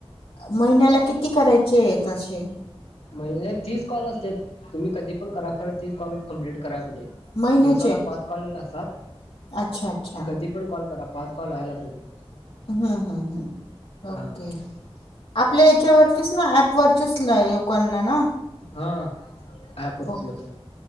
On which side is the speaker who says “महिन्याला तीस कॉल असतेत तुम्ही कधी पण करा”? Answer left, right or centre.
Left